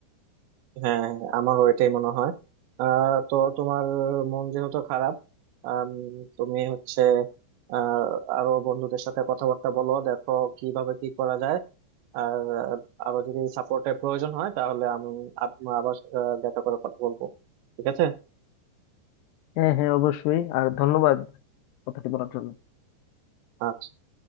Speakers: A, on the right (about 80°); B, on the left (about 80°).
A: হ্যাঁ হ্যাঁ, আমারও এটাই মনে হয় আহ তো তোমার মন যেহেতু খারাপ আম, তুমি হচ্ছে আহ আরো বন্ধুদের সাথে কথাবার্তা বলো দেখো কিভাবে কি করা যায় আর আহ, আরো যদি সাপোর্টের প্রয়োজন হয় তাহলে আমি আব- আবার আহ, দেখা করে কথা বলবো ঠিক আছে
B: হ্যাঁ হ্যাঁ অবশ্যই আর ধন্যবাদ কথাটি বলার জন্য
A: আচ্ছা